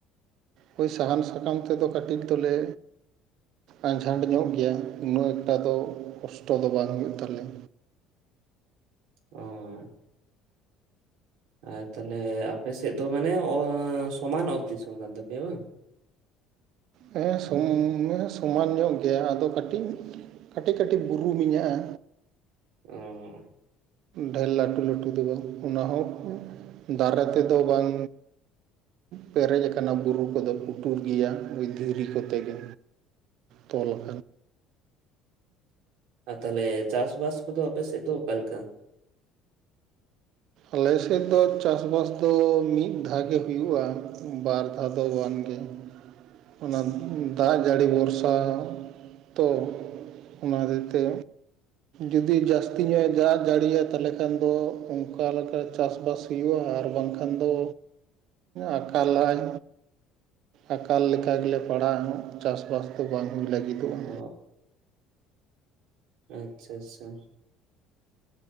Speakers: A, on the right; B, on the right.
A: ᱦᱳᱭ ᱥᱟᱦᱟᱱ ᱥᱟᱠᱟᱢ ᱛᱮᱫᱚ ᱠᱟᱹᱴᱤᱡ ᱠᱟᱹᱴᱤᱡ ᱫᱚᱞᱮ ᱟᱸᱡᱷᱟᱸᱴ ᱧᱚᱜ ᱜᱮᱭᱟ ᱩᱱᱟᱹᱜ ᱮᱠᱴᱟ ᱫᱚ ᱠᱚᱥᱴᱚ ᱫᱚ ᱵᱟᱝ ᱦᱩᱭᱩᱜ ᱛᱟᱞᱮᱭᱟ
B: ᱚᱸ ᱟᱨ ᱛᱟᱦᱞᱮ ᱟᱯᱮ ᱥᱮᱫ ᱫᱚ ᱢᱟᱱᱮ ᱥᱚᱢᱟᱱ ᱚᱛ ᱫᱤᱥᱚᱢ ᱠᱟᱱ ᱛᱟᱯᱮᱭᱟ ᱵᱟᱝ?
A: ᱦᱮᱸ
B: ᱦᱩᱸ
A: ᱥᱚᱢ ᱥᱚᱢᱟᱱ ᱧᱚᱜ ᱭᱟ ᱟᱫᱚ ᱠᱟᱹᱴᱤᱡ ᱠᱟᱹᱴᱤᱡ ᱠᱟᱹᱴᱤᱡ ᱵᱩᱨᱩ ᱢᱮᱱᱟᱜᱼᱟ
B: ᱚ
A: ᱰᱷᱮᱨ ᱞᱟᱹᱴᱩ ᱞᱟᱹᱴᱩ ᱫᱚ ᱵᱟᱝ ᱚᱱᱟ ᱦᱚᱸᱚᱸ ᱫᱟᱨᱮ ᱛᱮᱫᱚ ᱵᱟᱝ ᱯᱮᱨᱮᱡ ᱟᱠᱟᱱᱟ ᱵᱩᱨᱩ ᱠᱚᱫᱚ ᱞᱩᱴᱩᱨ ᱜᱮᱭᱟ ᱫᱷᱤᱨᱤ ᱠᱚᱛᱮ ᱜᱮ ᱛᱚᱞᱟᱠ
B: ᱟᱨ ᱛᱟᱦᱚᱞᱮ ᱪᱟᱥᱵᱟᱥ ᱠᱚᱫᱚ ᱟᱯᱮ ᱥᱮᱫ ᱫᱚ ᱚᱠᱟᱮ ᱞᱮᱠᱟ
A: ᱟᱞᱮ ᱥᱮᱫ ᱫᱚ ᱪᱟᱥᱵᱟᱥ ᱫᱚ ᱢᱤᱫ ᱫᱷᱟᱣᱮ ᱦᱩᱭᱩᱜᱼᱟ ᱵᱟᱨ ᱫᱷᱟᱣ ᱫᱚ ᱵᱟᱝ ᱜᱮ ᱚᱱᱟ ᱫᱟᱜ ᱨᱟᱡᱟᱹᱲᱤ ᱵᱷᱚᱨᱥᱟ ᱛᱚ ᱚᱱᱟ ᱦᱚᱛᱮᱡ ᱛᱮ ᱡᱩᱫᱤ ᱡᱟᱹᱥᱛᱤ ᱧᱚᱜ ᱮ ᱫᱟᱜ ᱡᱟᱹᱲᱤᱭᱟ ᱛᱟᱦᱚᱞᱮ ᱠᱷᱟᱱ ᱫᱚ ᱚᱱᱠᱟᱠᱟ ᱞᱮᱠᱟ ᱪᱟᱥ ᱵᱟᱥ ᱦᱩᱭᱩᱜᱭᱳᱼᱟ ᱟᱨ ᱵᱟᱝ ᱟᱠᱷᱟᱱ ᱫᱚ ᱟᱠᱟᱞᱟᱭ ᱟᱠᱟᱞ ᱞᱮᱠᱟ ᱜᱮᱞᱮ ᱯᱟᱲᱟᱜᱼᱟ ᱪᱟᱥᱵᱟᱥ ᱫᱚ ᱵᱟᱝ ᱦᱩᱭ ᱞᱟᱹᱜᱤᱫᱚᱜᱼᱟ
B: ᱚ ᱟᱪᱪᱷᱟ ᱟᱪᱪᱷᱟ